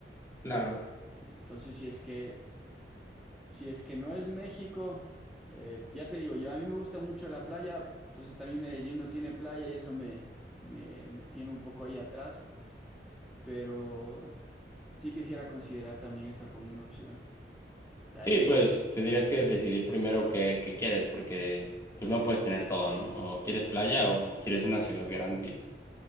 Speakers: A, on the left; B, in the centre.
A: Claro.
B: Eh, entonces, si es que si es que no es México, eh, ya te digo, yo a mí me gusta mucho la playa, entonces también Medellín no tiene playa y eso me, me, me tiene un poco ahí atrás, pero sí quisiera considerar también esa como una opción. De ahí,
A: Sí, pues tendrías que decidir primero qué, qué quieres, porque pues no puedes tener todo, ¿no? O quieres playa o quieres una ciudad grande.